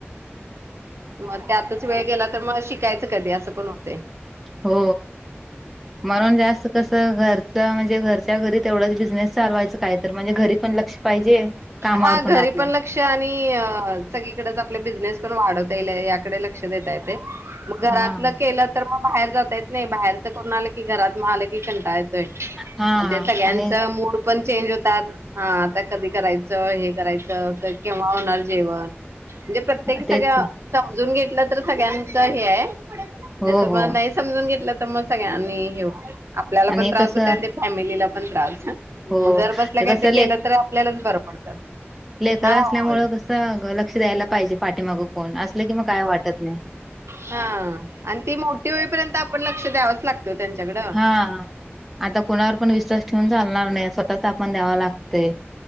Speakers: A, on the right (about 80°); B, in the centre.
A: मग त्यातच वेळ गेला तर मग शिकायचं कधी असं पण होते
B: हो म्हणून जास्त कसं घरचं म्हणजे घरच्या घरी तेवढाच बिझनेस चालवायचं काय तरी, म्हणजे घरी पण लक्ष पाहिजे. कामावर
A: हा घरी
B: आपलं
A: पण लक् लक्ष आणि सगळीकडेच आपले बिझनेस पण वाढवता येईल, याकडे लक्ष देता येतंय. मग घरातलं
B: हा
A: केलं तर म बाहेर जाता येत नाही. बाहेरच कोण आलं की घरात म आलं की कंटाळा येतो. तोय
B: हा
A: मग ते सगळ्यांचं
B: आणि
A: मूड पण चेंज होतात, हां आता कधी करायचं. केव्हा हे करायचं? केव्हा होणार जेवण? म्हणजे प्रत्येक
B: तेच
A: सगळ्या
B: की.
A: समजून घेतलं तर, सगळ्यांचं हे आहे.
B: हो
A: नाही तर
B: हो
A: मग नाही समजून घेतलं तर मग सगळ्यांनी हे होतंय. आपल्याला
B: आणि
A: पण त्रास
B: कसं
A: होतंय आणि ते फॅमिलीला पण त्रास.
B: हो
A: मं घर बसल्या
B: ते
A: काहीतरी
B: कसं
A: केलं तर, आपल्यालाच बरं पडतं.
B: लेकरं
A: हा
B: असल्यामुळें
A: होय
B: कसं अगं लक्ष द्यायला पाहिजे पाठीमागं कोण असलं की, मग काय वाटत नाही.
A: हां अन ती मोठी होईपर्यंत आपण लक्ष द्यावच लागतं. त्यांच्याकडं
B: हा आता कुणावर विश्वास ठेवून चालणार नाही. स्वतःच आपण द्यावं लागतंय.